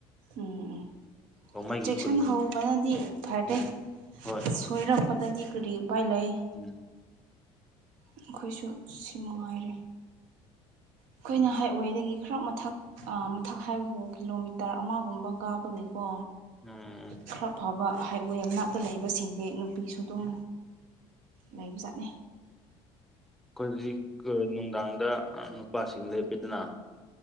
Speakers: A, on the right; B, in the centre.
A: ꯎꯝ ꯎꯝ
B: ꯔꯣꯡꯃꯩꯒꯤ
A: ꯆꯦꯛꯁꯤꯟ
B: ꯈꯨꯟ
A: ꯍꯧꯕꯅꯗꯤ ꯐꯔꯦ
B: ꯎꯝ
A: ꯑ
B: ꯍꯣꯏ
A: ꯊꯣꯏꯔꯛꯄꯗꯗꯤ ꯀꯔꯤ ꯎꯄꯥꯏ ꯂꯩ
B: ꯎꯝ
A: ꯑꯩꯈꯣꯏꯁꯨ ꯁꯤ ꯅꯨꯡꯉꯥꯏꯔꯦ ꯑꯩꯈꯣꯏꯅ ꯍꯥꯏꯋꯦꯗꯒꯤ ꯈꯔ ꯃꯊꯛ ꯑ ꯃꯊꯛ ꯍꯥꯏꯕꯕꯨ ꯀꯤꯂꯣꯃꯤꯇꯔ ꯑꯃꯒꯨꯝꯕ ꯀꯥꯕꯒꯤꯦꯀꯣ
B: ꯎꯝ
A: ꯈꯔ ꯐꯕ ꯍꯥꯏꯋꯦ ꯃꯅꯥꯛꯇ ꯂꯩꯕꯁꯤꯡꯗꯤ ꯅꯨꯄꯤꯁꯨ ꯑꯗꯨꯝ ꯂꯩꯕ ꯆꯥꯠꯅꯤ
B: ꯑꯩꯈꯣꯏꯖꯤꯛ ꯅꯨꯡꯗꯥꯡꯗ ꯅꯨꯄꯥꯁꯤꯡ ꯂꯦꯞꯄꯤꯗꯅ